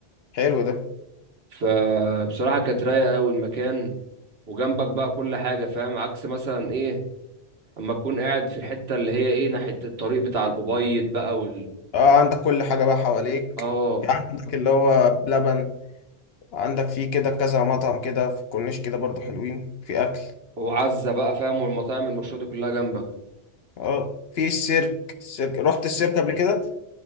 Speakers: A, on the left (about 70°); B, on the right (about 70°).
A: حلو ده
B: فبصراحة كانت رايقة قوي المكان وجنبك بقى كل حاجة فاهم عكس مثلا ايه اما تكون قاعد في الحتة اللي هي ايه ناحية الطريق بتاع الأبيض بقى وال
A: اه عندك كل حاجة بقى حواليك
B: اه
A: عندك اللي هو بلبن عندك فيه كده كذا مطعم كده في الكورنيش كده برضه حلوين في أكل
B: وعزة بقى فاهم والمطاعم المشهورة دي كلها جنبك
A: اه في السيرك السيرك رحت السيرك قبل كده